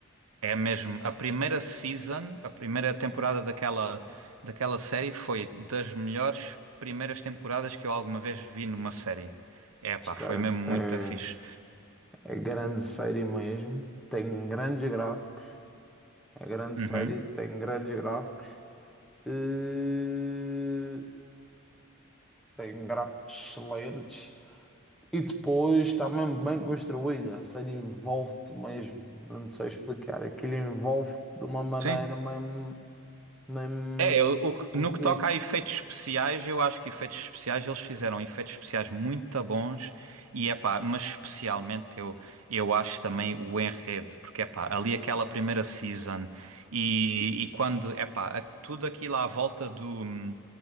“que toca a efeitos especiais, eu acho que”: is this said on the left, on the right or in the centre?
Right